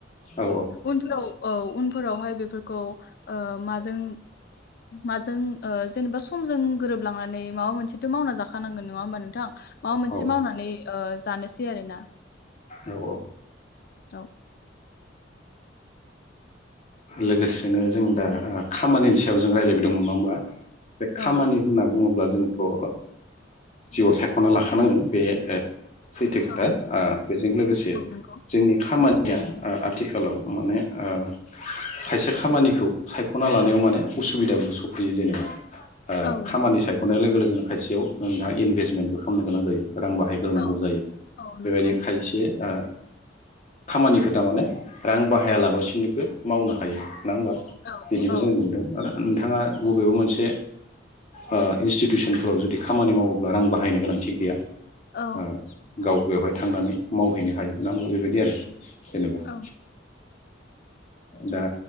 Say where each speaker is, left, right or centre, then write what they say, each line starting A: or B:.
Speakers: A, on the left (about 40°); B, on the left (about 55°).
A: औ
B: उनफोराव औ उनफोरावहाय बेफोरखौ ओ माजों माजों जेनेबा ओ समजों गोरोबलांनानै माबा मोनसे थ' मावना जाखानांगोन नङा होनबा नो नोंथां माबा मोनसे
A: औ
B: मावनानै ओ जानोसै आरो ना।
A: औ औ
B: औ
A: लोगोसेनो जों दा खामानिनि सायाव जों रायलायबाय दंमोन नङा होमबा। बे
B: औ
A: खामानि होनना बुङोब्ला ब्ला जोंथ'ओ जिउआव सायख'ना लाखानांगोन बे ओ सैथो खोथा
B: औ
A: ओ बेजों लोगोसे
B: औ नंगौ
A: जोंनि खामानि या आथिखालाव माने ओ खायसे खामानिखौ सायख'ना लानायाव माने उसुबिदाबो सफैयो जेनेबा। ओ
B: औ
A: खामानि
B: सफै
A: सायख'नाय लोगो लोगोनो खायसेयाव नोंहा इनभेस्टमेन्टबो खालामनो गोनां जायो। रां बाहायग्रोनांगौ
B: औ
A: जायो
B: औ
A: बेबायदि
B: नंगौ
A: खायसे ओ खामानिखौ थारमाने रां बाहाया लाबासि सिनिबो मावनो हायो। नङा होमबा
B: औ
A: बिदिबो
B: औ
A: जों नुदों आरो नोंथाङा बबेबा मोनसे ओ इन्स्टिटिउसनफोराव जुदि खामानि मावोब्ला रां बाहायनो गोनांथि गैया।
B: औ
A: आ गाव बेवहाय थांनानै मावहैनो हायो नङा होमबा बेबायदि आरो जेनेबा <inaudible>
B: औ
A: दा